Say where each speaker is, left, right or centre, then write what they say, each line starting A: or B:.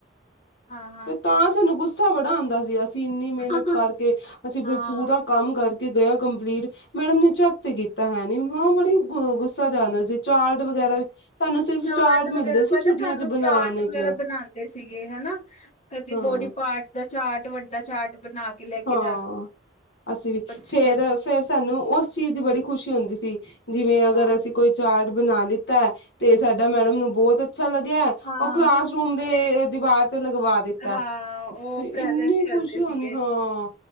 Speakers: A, on the left; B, on the left.
A: ਹਾਂ-ਹਾਂ,
B: ਫਿਰ ਤਾਂ ਸਾਨੂੰ ਗੁੱਸਾ ਬੜਾ ਆਂਦਾ ਸੀ, ਅਸੀਂ ਇੰਨੀ ਮਿਹਨਤ
A: ਹਾਂ
B: ਕਰਕੇ, ਅਸੀ
A: ਹਾਂ
B: ਬਈ ਪੂਰਾ ਕੰਮ ਕਰਕੇ ਗਏ ਆ ਕੰਪਲੀਟ, ਮੈਡਮ ਨੇ ਚੈੱਕ ਤੇ ਕੀਤਾ ਹੈ ਨੀ, ਮੈਂ ਬੜੀ ਗੁੱਸ ਸਾ ਜਾਂਦਾ ਸੀ, ਚਾਰਟ ਵਗੈਰਾ ਸਾਨੂੰ ਸਿਰਫ
A: ਚਾਟ
B: ਚਾਰਟ
A: ਵਗੈਰਾ
B: ਮਿਲਦੇ ਸੀ
A: ਪਤਾ
B: ਛੁੱਟੀਆਂ
A: ਤੁਹਾਨੂੰ,
B: ਚ ਬਣਾਉਣ
A: ਚਾਰਟ
B: ਚ
A: ਵਗੈਰਾ ਬਣਾਂਦੇ ਸੀਗੇ, ਹਨਾ। ਕਦੀ
B: ਹਾਂ
A: ਬੋਡੀ ਪਾਰਟਸ ਦਾ ਚਾਰਟ, ਵੱਡਾ ਚਾਰਟ ਬਣਾ ਕੇ ਲੈ
B: ਹਾਂ,
A: ਕੇ ਜਾਂਦੇ
B: ਅਸੀਂ ਵੀ
A: ਬੱਚੇ
B: ਫੇਰ ਫੇਰ ਸਾਨੂੰ ਉਸ ਚੀਜ਼ ਦੀ ਬੜੀ ਖੁਸ਼ੀ ਹੁੰਦੀ ਸੀ, ਜਿਵੇਂ ਅਗਰ
A: ਹਾਂ।
B: ਅਸੀ ਕੋਈ ਚਾਰਟ ਬਣਾ ਲਿੱਤਾ, ਤੇ ਸਾਡਾ ਮੈਡਮ ਨੂੰ ਬਹੁਤ ਅੱਛਾ ਲੱਗਿਆ।
A: ਹਾਂ,
B: ਉਹ ਕਲਾਸਰੂਮ ਦੇ ਦੀਵਾਰ ਤੇ ਲਗਵਾ ਦਿੱਤਾ,
A: ਹਾਂ ਉਹ
B: ਤੇ ਇੰਨੀ
A: ਪ੍ਰੈਜੈਂਟ ਕਰਦੇ
B: ਖੁਸ਼ੀ
A: ਸੀਗੇ।
B: ਹੋਨੀ, ਹਾਂ। ਹਾਂ,